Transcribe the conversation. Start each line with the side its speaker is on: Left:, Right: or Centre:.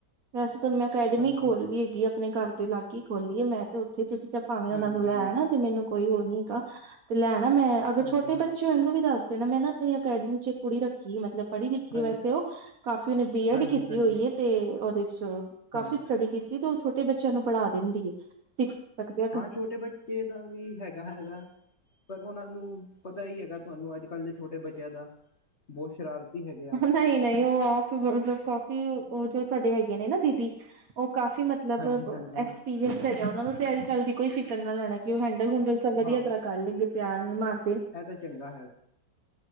Right: ਵੈਸੇ ਤੇ ਹੁਣ ਮੈਂ ਅਕੈਡਮੀ
Left: ਹਾਂਜੀ
Right: ਖੋਲ ਲਈ ਹੈਗੀ, ਆਪਣੇ ਘਰ ਦੇ ਲਾਗੇ ਖੋਲੀ ਲਈ ਹ ਮੈਂ ਤੇ ਤੁਸੀਂ ਚਾਹੇ ਭਾਵੇਂ
Left: ਹਾਂਜੀ
Right: ਉਹਨਾ ਨੂੰ ਲੈ
Left: ਹਾਂਜੀ
Right: ਆਣਾ ਤੇ ਮੈਨੂੰ ਕੋਈ ਉਹ ਨੀ ਹੈਗਾ, ਤੇ ਲੈਣਾ ਮੈਂ ਅਗਰ
Left: ਹਾਂਜੀ
Right: ਛੋਟੇ
Left: ਹਾਂ
Right: ਬੱਚੇ ਹੋਏਗੇ ਵੀ ਦੱਸ ਦੇਣਾ ਮੈਂ ਨਾ ਆਪਣੀ ਅਕੈਡਮੀ ਚ ਇੱਕ ਕੁੜੀ ਰੱਖੀ ਮਤਲਬ ਪੜ੍ਹੀ ਲਿਖੀ
Left: ਹਾਂਜੀ
Right: ਵੈਸੇ ਉਹ ਕਾਫੀ, ਉਹਨੇ ਬੀਐਡ
Left: ਹਾਂਜੀ
Right: ਕੀਤੀ
Left: ਹਾਂਜੀ
Right: ਹੋਈ ਹੈ ਤੇ ਉਹਦੇ ਚ ਕਾਫੀ
Left: ਹਾਂਜੀ
Right: ਸਟੱਡੀ ਕੀਤੀ ਤੇ ਔ ਛੋਟੇ ਬੱਚਿਆਂ ਨੂੰ ਪੜ੍ਹਾ ਦਿੰਦੀ ਹੈ। ਸਿਕਸ ਤੱਕ ਦੇ
Left: ਹਾਂ ਛੋਟੇ ਬੱਚੇ ਦਾ ਵੀ ਹੈਗਾ ਹੈਗਾ। ਪਰ ਉਹਨਾਂ ਨੂੰ ਪਤਾ ਹੀ ਹੈਗਾ, ਤੁਹਾਨੂੰ ਅੱਜ ਕੱਲ੍ਹ ਦੇ ਛੋਟੇ ਬੱਚਿਆਂ ਦਾ, ਬਹੁਤ ਸ਼ਰਾਰਤੀ ਹੈਗਾ ਆ।
Right: ਨਹੀਂ ਨਹੀਂ ਉਹ ਆਪ ਮਤਲਬ ਕਾਫੀ ਉਹ ਜੋ ਸਾਡੇ ਹੈਗੇ ਨੇ ਨਾ ਦੀਦੀ ਉਹ ਕਾਫੀ ਮਤਲ ਮਤਲਬ
Left: ਹਾਂਜੀ-ਹਾਂਜੀ
Right: ਐਕਸਪੀਰੀਅੰਸ ਹੈਗਾ ਉਹਨਾ ਨੂੰ, ਤੇ ਇਸ ਗੱਲ ਦੀ ਕੋਈ ਫਿਕਰ ਨਾ ਲੈਣਾ ਕਿ ਉਹ ਹੈਂਡਲ ਹੁੰਡਲ ਵਧੀਆ
Left: ਹਾਂ
Right: ਤਰਹ ਕਰ ਲੈਣਗੇ, ਪਿਆਰ ਵੀ ਮਾਰ
Left: ਇਹ ਤੇ ਚੰਗਾ ਹੈ।